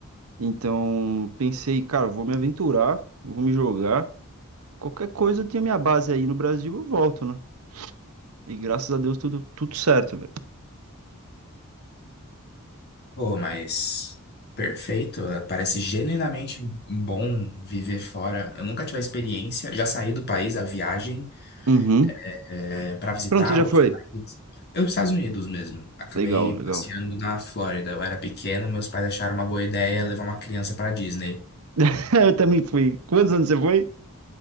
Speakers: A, on the right (about 75°); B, on the left (about 50°).
A: Então, pensei, cara, vou me aventurar, vou me jogar. Qualquer coisa, eu tenho minha base aí no Brasil, eu volto, né? E graças a Deus tudo, tudo certo, velho.
B: Pô, mas perfeito. eh, Parece genuinamente um bom viver fora. Eu nunca tive a experiência, já saí do país a viagem
A: Uhum.
B: é, para visitar
A: Pronto, você já
B: outros
A: foi?
B: países. Eu, Estados Unidos mesmo. Acabei
A: Legal, legal.
B: passeando na Flórida. Eu era pequeno, meus pais acharam uma boa ideia levar uma criança para Disney.
A: <laughs> Eu também fui. Quantos anos você foi?